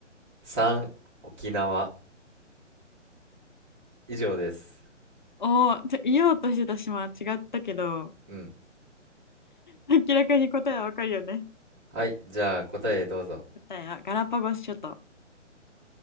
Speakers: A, on the right; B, on the left.
A: 3、沖縄。以上です。
B: おお、ちょ言おうとしてた島は違ったけど、
A: うん。
B: 明らかに答えはわかるよね。
A: はい、じゃあ答えどうぞ。
B: 答えはガラパゴス諸島。